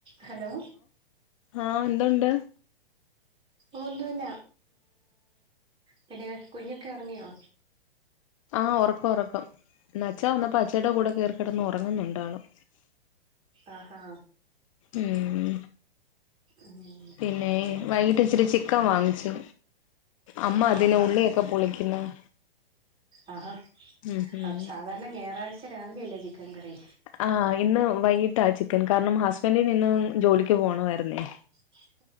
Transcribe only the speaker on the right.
Hello
ഒന്നുല്ല പിന്നെ കുഞ്ഞൊക്കെ ഉറങ്ങിയോ?
ആഹ് ഹാ
ഉം
മെ-
ആഹാ
ആഹാ
ആഹ് സാധാരണ ഞായറാഴ്ച രാവിലെ അല്ലേ ചിക്കൻ കറി?
<inaudible>